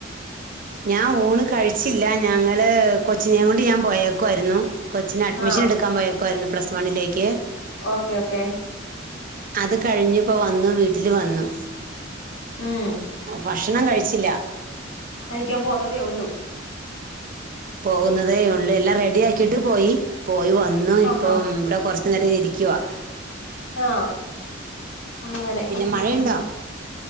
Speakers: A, on the right; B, on the left.
A: ഞാൻ ഊണ് കഴിച്ചില്ല ഞങ്ങള് കൊച്ചിനേം കൊണ്ട് ഞാൻ പോയേക്കുവായിരുന്നു കൊച്ചിന് അഡ്മിഷ
B: ആഹ്
A: എടുക്കാൻ പോയേക്കുവായിരുന്നു പ്ലസ് വണ്ണിലേക്ക്
B: ഓക്കെ ഓക്കെ
A: അത് കഴിഞ്ഞിപ്പോ വന്നു വീട്ടില് വന്നു
B: ഉം
A: പശ് ണം കഴിച്ചില്ല
B: കഴിക്കാൻ പോന്നതേ ഉള്ളു
A: പോകുന്നതേ ഉള്ളൂ എല്ലാം റെഡി ആക്കിട്ട് പോയി പോയി വ ന്നു ഇപ്പം
B: ആഹാ
A: ഇവ്ടെ കൊ നേരം ഞാ ഇരിക്കുവാ
B: ആ അങ്ങനെ
A: പിന്നെ
B: ഉം
A: മഴയുണ്ടോ
B: ഉം ഉം